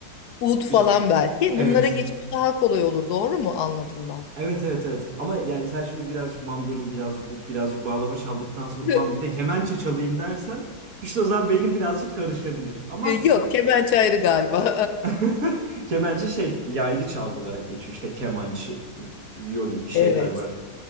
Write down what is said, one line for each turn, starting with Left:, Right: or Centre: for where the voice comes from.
Left: Ud
Right: İş-
Left: falan belki.
Right: Evet.
Left: Bunlara geçiş daha kolay olur. Doğru mu anladım ben?
Right: Evet evet evet. Ama yani sen şimdi birazcık mandolin, birazcık ut, birazcık bağlama çaldıktan sonra
Left: <laughs>
Right: ulan bir de kemençe çalayım dersen işte o zaman beynin birazcık karışabilir. Ama
Left: E, Yok, kemençe ayrı galiba.
Right: <laughs> Kemençe şey yaylı çalgı olarak geçiyor. İşte kemançı, violin bir şeyler
Left: <laughs> Evet.
Right: var.